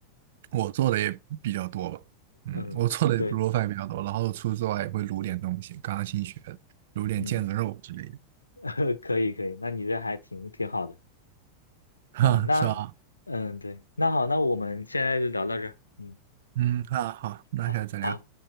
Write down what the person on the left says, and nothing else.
嗯，
对。
嗯，<laughs> 可以可以，那你这还挺挺好的。
嗯，那嗯对，
那好，那我们现在就聊到这儿嗯，
好好。